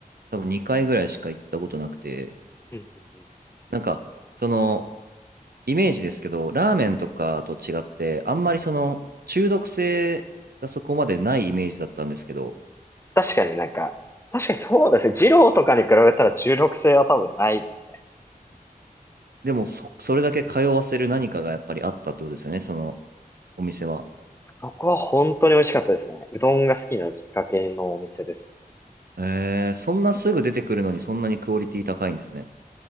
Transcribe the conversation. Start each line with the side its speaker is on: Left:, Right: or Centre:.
Right: 多分2回ぐらいしか行ったことなくて、
Left: うーん。うんうんうん
Right: なんか、その、イメージですけど、ラーメンとかと違って、
Left: え
Right: あんまりその中毒性がそこまでないイメージだったんですけど、
Left: 確かになんか、確かにそうですね。二郎とかに比べたら中毒性は多分ないですね。
Right: でもそ、それだけ通わせる何かがやっぱりあったってことですよね、そのお店は。
Left: ここは本当に美味しかったですね。うどんが好きなきっかけのお店ですね。
Right: えー、そんなすぐ出てくるのにそんなにクオリティ高いんですね。